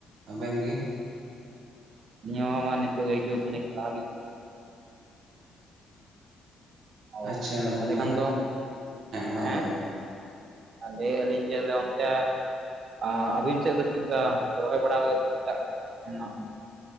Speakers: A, on the right; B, on the right.
A: ᱟᱵᱮᱱ ᱜᱮ?
B: ᱱᱤᱭᱟᱹ ᱦᱚᱸ ᱢᱟ ᱱᱤᱛᱚᱜ ᱟᱹᱭᱠᱟᱹᱜ ᱠᱷᱟᱱᱤᱠ ᱞᱟᱦᱟ ᱦᱟᱵᱤᱡ ᱚ
A: ᱟᱪᱪᱷᱟ ᱜᱚᱝᱠᱮ
B: ᱛᱟᱦᱚᱞᱮ ᱠᱷᱟᱱ ᱫᱚ,
A: ᱢᱟ
B: ᱦᱮᱸ?
A: ᱞᱟᱹᱭ ᱵᱮᱱ
B: ᱞᱟᱹᱭᱮᱫ ᱟᱞᱤᱧ ᱡᱮ ᱚᱱᱛᱮ ᱟᱸ ᱟᱵᱤᱱ ᱥᱮᱫ ᱫᱚ ᱪᱮᱫᱠᱟ ᱨᱚᱦᱚᱭ ᱵᱟᱲᱟ <unintelligible> ᱥᱮᱱᱚᱜ